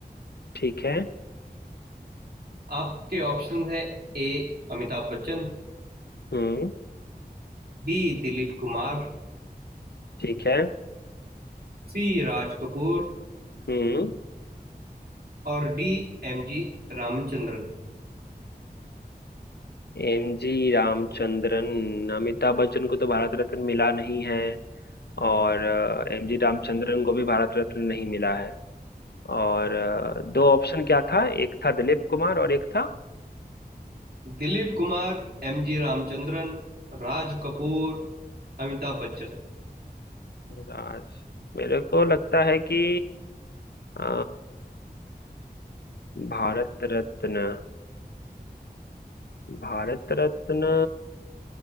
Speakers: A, on the left; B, on the right.
A: ठीक है
B: आपके ऑप्शन है A Amitabh Bachchan
A: हम्म
B: B Dilip Kumar
A: ठीक है
B: C Raj Kapoor
A: हम्म
B: और D M G Ramachandran
A: M G Ramachandran अमिताभ बच्चन को तो भारत रत्न मिला नहीं है और एम जी रामचंद्रन को भी भारत रत्न नहीं मिला है और अ, दो ऑप्शन क्या था एक था दिलीप कुमार और एक था
B: Dilip Kumar M G Ramachandran Raj Kapoor Amitabh Bachchan
A: राज मेरे को लगता है कि अ, भारत रत्न भारत रत्न